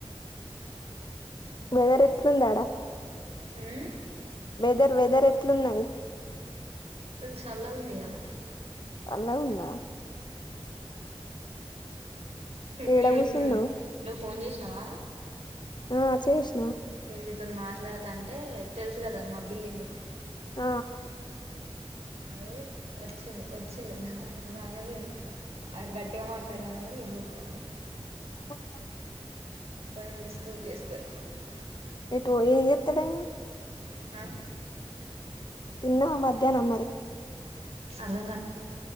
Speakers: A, on the left; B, on the right.
A: వెదర్ ఎట్లుందాడా?
B: ఉమ్
A: వెదర్ వెదర్ ఎట్లున్నది?
B: ఫుల్ చల్ల ఉంది ఇయాల
A: అల్లా ఉందా ఏడ
B: నేను
A: కూసున్నావ్
B: ఇప్పుడు నువ్వు ఫోన్ జేశి నవా
A: ఆ చేశ్
B: విన్ని అతను మాట్లాడతా అంటే తెలుసు గద మా బిల్లింగ్
A: ఆ
B: ఏ వచ్చిండు వచ్చిండులాగా నేను గట్టిగా మాట్లాడానగా ఇటు చూత్తాండు
A: ఆ
B: పోయింది స్కూటీఏస్కొని
A: బో ఏం చెత్తడు
B: ఆ?
A: తిన్నవా మధ్యాహ్నమ్ మరి
B: అర్ధంగాల్